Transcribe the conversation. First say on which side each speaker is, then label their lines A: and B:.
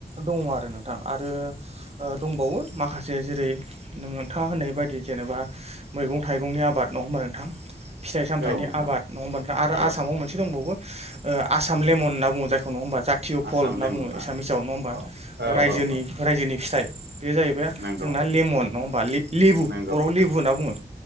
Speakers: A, on the right; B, on the right.
A: दङ आरो नोंथां आरो ओ दंबावो माखासे जेरै नोंथाङा होननाय बा बायदि जेनेबा मैगं थाइगंनि आबाद नङा होनबा नोंथां। फिथाइ सामथायाइनि
B: औ नोंथां
A: आबाद नङा होमब नोंथां आरो
B: औ
A: आसामाव मोनसे दंबावो ओ आसाम लेमन होनना बुङो जायखौ नङा होमबा। जातिय फल
B: आसाम
A: होनना
B: लेमन
A: बुङो
B: ना
A: एसामिसाव नङा होमबा
B: औ औ
A: रजोनि
B: औ औ
A: रायजोनि फिथाइ। बे जाहैबाय
B: नंगौ
A: जोंना लेमन नङा होमबा लि लिबु
B: नंगौ
A: बर'आव लिबु होनना बुङो।